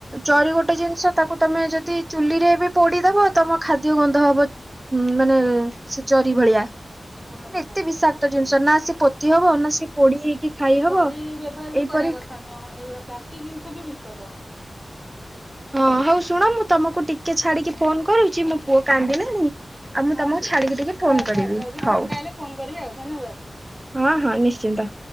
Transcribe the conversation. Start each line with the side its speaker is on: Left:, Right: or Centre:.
Right: ଚରି ଗୋଟେ ଜିନିଷ ତାକୁ ତମେ ଯଦି ଚୁଲିରେବି ପୋଡିଦବ ତମ ଖାଦ୍ୟ ଗନ୍ଧ ହବ ହୁଁ ମାନେ ସେ ଜରି ଭଳିଆ
Centre: ହଁ ଦିଦି
Right: ଏତେ ବିଷାକ୍ତ ଜିନିଷନା ସେ ପୋତିହବ ନାସେ କୋଡି ହେଇକି ଖାଇ ହବ
Centre: ଜରି ବ୍ୟବହାର ବି
Right: ଏଇପରି
Centre: କରିବା କଥା ନୁହଁ, ଏଇଗା ପ୍ଲାଷ୍ଟିକ ଜିନିଷବି ବିପଦ
Right: ହଁ ହଉ ଶୁଣ ମୁଁ ତମକୁ ଟିକେ ଛାଡିକି ଫୋନ କରୁଛି, ମୋ ପୁଅ କାନ୍ଦିଲାଣିି ଆଉ ମୁଁ
Centre: ହଉ
Right: ତମକୁ
Centre: ଦିଦି
Right: ଛାଡିକି ଟିକେ ଫୋନ
Centre: ହଉ
Right: କରିବି
Centre: ହଉ ଦିଦି
Right: ହଉ।
Centre: ଫାଙ୍କା ହେଲେ ଫୋନ କରିବେ ଆଉ ଧନ୍ୟବାଦ।
Right: ହଁ ହଁ ନିଶ୍ଚିନ୍ତ।